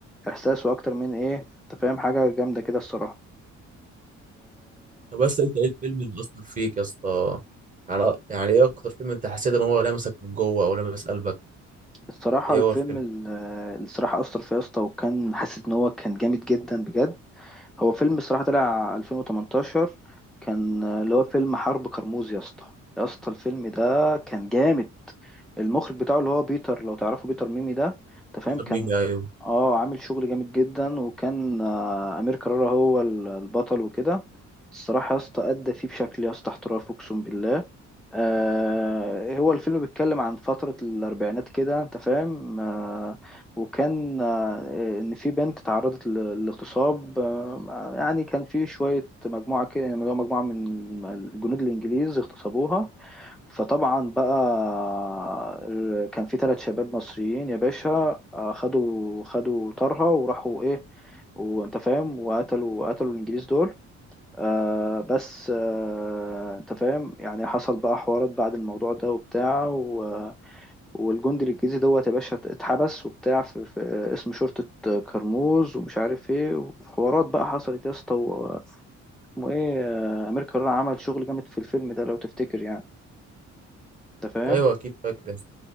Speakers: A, in the centre; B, on the right.
A: احساس واكتر من ايه انت فاهم حاجة جامدة كده الصراحة
B: طب بس انت ايه الفيلم اللي أثر فيك يا اسطى يعني يعني ايه أكتر فيلم انت حسيت ان هو لمسك من جوه أو لمس قلبك
A: الصراحة
B: ايه
A: الفيلم
B: هو الفيلم؟
A: ال- الصراحة أثر فيا يا اسطى وكان حاسس إن هو كان جامد جدا بجد هو فيلم الصراحة طلع 2018 كان اللي هو فيلم حرب كرموز يا اسطى يا اسطى الفيلم ده كان جامد المخرج بتاعه اللي هو بيتر لو تعرفه بيتر ميمي ده أنت فاهم
B: بيتر
A: كان
B: ميمي أيوه
A: اه عامل شغل جامد جدا وكان آه، أمير كرارة هو ال- البطل وكده الصراحة يا اسطى أدى فيه بشكل يا اسطى احترافي أقسم بالله آه، هو الفيلم بيتكلم عن فترة الأربعينات كده أنت فاهم آه، وكان آه، إن في بنت تعرضت ل- للاغتصاب آه، يعني كان في شوية مجموعة كده يعني مجموعة من الجنود الإنجليز اغتصبوها فطبعا بقى كان في ثلاث شباب مصريين يا باشا آه، خدوا خدوا طارها وراحوا إيه وأنت فاهم وقتلوا قتلوا الإنجليز دول آه بس آه انت فاهم يعني حصل بقى حوارات بعد الموضوع ده وبتاع و... والجندي الانجليزي دوت يا باشا اتحبس وبتاع في, في اسم شرطة كرموز ومش عارف ايه وحوارات بقى حصلت يا اسطى و- اسمه ايه آه، امير كرارة عمل شغل جامد في الفيلم ده لو تفتكر يعني انت فاهم
B: أيوه أكيد فاكر